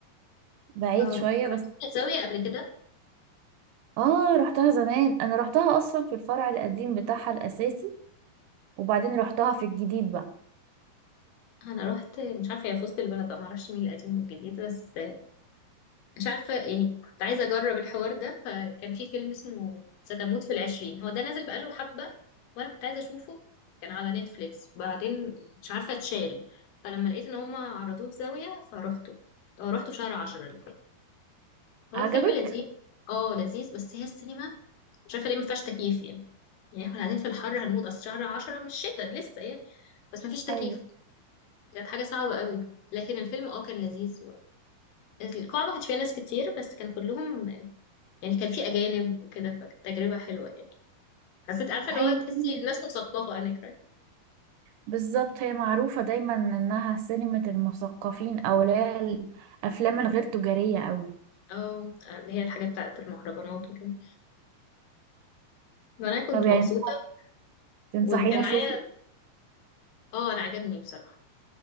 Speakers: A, on the right; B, on the left.
A: بعيد
B: اه انا
A: شويه بس
B: رحت الزاويه قبل كده
A: اه رحتها زمان انا رحتها اصلا في الفرع القديم بتاعها الاساسي وبعدين رحتها في الجديد بقى
B: انا رحت مش عارفه هي في وسط البلد بقى معرفش مين القديم من الجديد بس مش عارفه يعني كنت عايزه اجرب الحوار ده فكان في فيلم اسمه ستموت في العشرين هو ده نازل بقاله حبه وانا كنت عايزه اشوفه كان على نتفليكس بعدين مش عارفه اتشال فلما لقيت ان هما عرضوه في زاويه فروحته اه رحته في شهر 10 اللي فات هو
A: عجبك
B: الفيلم لذيذ اه لذيذ بس هي السينما مش عارفه ليه ما فيهاش تكييف يعني يعني احنا قاعدين في الحر هنموت اصل شهر 10 مش شتاء لسه يعني بس ما فيش تكييف
A: ايوه
B: كانت حاجة صعبة قوي لكن الفيلم اه كان لذيذ و... القاعة ما كانش فيها ناس كتير بس كان كلهم يعني كان في أجانب وكده فكانت تجربة حلوة يعني حسيت عارفة اللي
A: هي
B: هو تحسي
A: كمان-
B: الناس مثقفة هناك right؟
A: بالظبط هي معروفة دايما انها سينما المثقفين او اللي هي الافلام الغير تجارية قوي
B: اه اللي هي الحاجة بتاعت المهرجانات وكده وأنا كنت
A: طب يعني
B: مبسوطة
A: تنصحيني
B: وكان معايا
A: اشوفه
B: اه أنا عجبني بصراحة